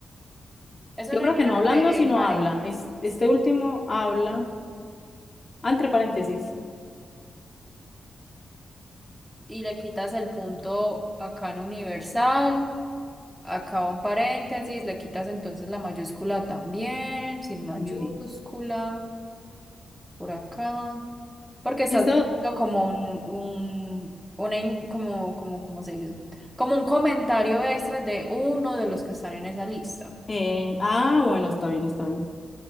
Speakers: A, in the centre; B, on the left.
A: eso
B: Yo
A: no
B: creo
A: llega
B: que no hablando,
A: entre
B: sino
A: paréntesis.
B: habla. Es- Este último habla, ah, entre paréntesis,
A: Y le quitas el punto acá en universal, acá un paréntesis, le quitas entonces la mayúscula también, sin mayúscula,
B: li-
A: por acá. Porque estás
B: este,
A: viendo como un, un, una in- como, como, ¿cómo se dice? Como un comentario extra de uno de los que están en esa lista.
B: eh, ah, bueno, está bien, está bien.